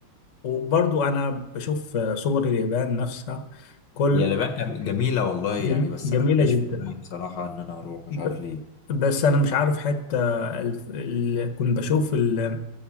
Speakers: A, on the left (about 50°); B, on the left (about 65°).
A: وبرضو انا بشوف آه، صور اليابان نفسها كل
B: هي اليابان جم- جميلة والله
A: جم...
B: يعني بس
A: جميلة
B: أنا ما جاش
A: جدا
B: في دماغي بصراحة إن أنا أروح مش
A: ب...
B: عارف ليه
A: بس انا مش عارف حتى ال... ال... كنت بشوف ال...